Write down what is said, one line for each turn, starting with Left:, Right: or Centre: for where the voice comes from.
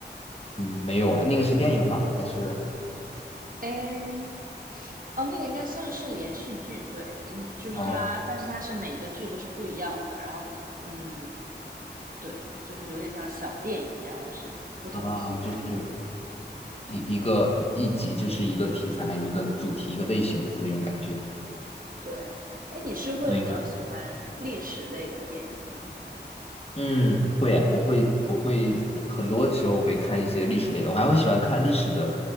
Left: 嗯，没有啊，那个是电影吗？还是？
Right: 哎，哦，那个应该算是连续剧，对，应就是它，
Left: 哦。
Right: 但是它是每个剧都是不一样的。然后，嗯，对，就是有点像小电影，然后是不同题材的。
Left: 啊，就是一一个一一集就是一个题材、一个主题、一个类型的那种感觉。
Right: 对，哎，你是会比较喜欢历史类的电影吗？
Left: 没有，嗯，会啊，我会，我会看很多时候我会看一些历史类的，我还会喜欢看历史的，